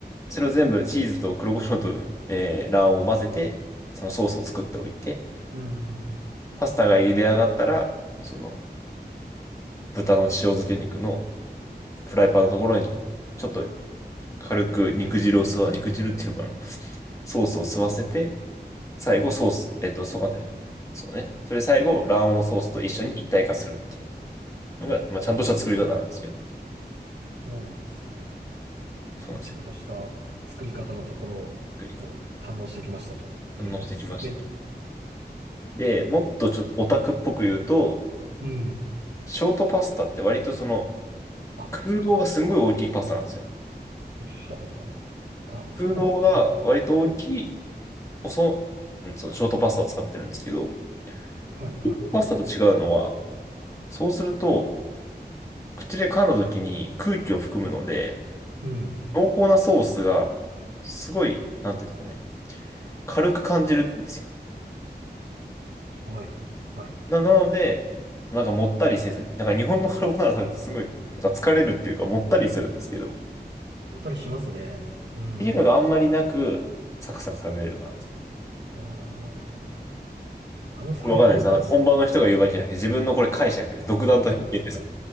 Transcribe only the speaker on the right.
うん。
ええ
そうなんですね。
で、ちゃんとした作り方のところを堪能してきましたということですね。
うん。
あ、
そうだ。聞きたかったんだ。あ、そうなんです
ね。ええ
はいはいはい。
うん。
はい。はい。
もったりしますね。うん。
ああ。あのサイゼリアの、